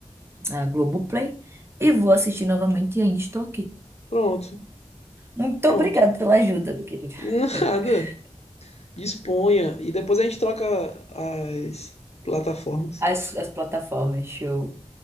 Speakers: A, on the right; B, on the left.
A: a Globoplay, e vou assistir novamente e ainda estou aqui.
B: pronto,
A: Muito
B: pronto.
A: obrigada pela ajuda, meu querido.
B: <laughs> Nada.
A: <laughs>
B: Disponha. E depois a gente troca as plataformas.
A: As, as plataformas, show.